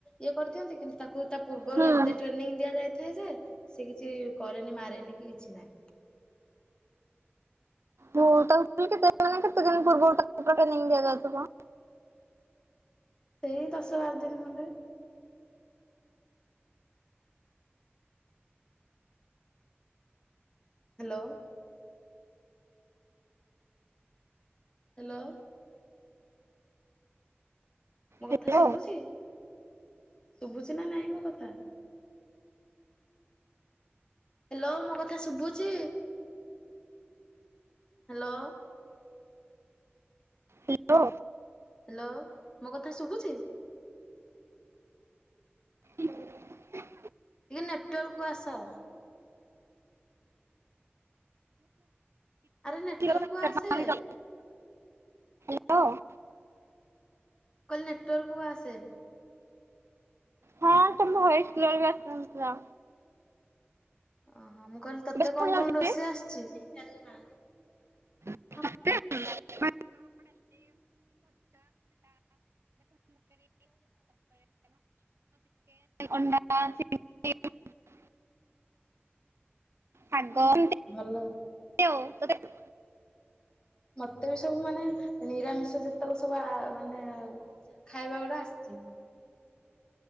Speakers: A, on the left; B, on the right.
A: ଇଏ କରିଥାନ୍ତି କିନ୍ତୁ ତାକୁ ତା ପୂର୍ବରୁ
B: ହୁଁ।
A: ଏତେ ଟ୍ରେନିଂ ଦିଆ ଯାଇଥାଏ ଯେ ସେ କିଛି କରେନି ମାରେନି କି କିଛି ନାହିଁ।
B: ହୋଉ କେତେ କେତେ ଦିନ ପୂର୍ବରୁ ତାକୁ ଟ୍ରେନିଂ ଦିଆଯାଉଥିବ।
A: ସେଇ ଦଶ ବାର ଦିନ ଖଣ୍ଡେ। ହ୍ୟାଲୋ। ହ୍ୟାଲୋ। ମୋ କଥା
B: ହ୍ୟାଲୋ
A: ଶୁଭୁଚି। ଶୁଭୁଚି ନା ନାଇଁ ମୋ କଥା। ହ୍ୟାଲୋ ମୋ କଥା ଶୁଭୁଚି। ହ୍ୟାଲୋ।
B: ହ୍ୟାଲୋ।
A: ହ୍ୟାଲୋ ମୋ କଥା ଶୁଭୁଚି।
B: <unintelligible>
A: ଟିକେ ନେଟୱାର୍କ କୁ ଆସ। ଆରେ ନେଟାୱାର୍କ
B: Hello
A: କୁ ଆସେ।
B: hello.
A: ମୁଁ କହିଲି ନେଟୱାର୍କକୁ ଆସେ।
B: ହଁ ତମ ଭୟେସ୍ କ୍ଲିଅର ବି ଆସୁନଥିଲା।
A: ଓହୋ। ହଁ ମୁଁ କହିଲି ତତେ
B: ଏବେ ଶୁଣାଯାଉଛି
A: କଣ କଣ ରୋଷେଇ ଆସିଚି। <unintelligible>
B: <unintelligible> ଚିକେନ ଅଣ୍ଡା ଚିଲି <unintelligible> ଶାଗ <unintelligible>
A: ଭଲ
B: <inaudible>
A: ମତେ ବି ସବୁ ମାନେ ନିରାମିଷ ଯେ <unintelligible> ସବୁ ମାନେ ଖାଇବା ଗୁଡା ଆସିଚି।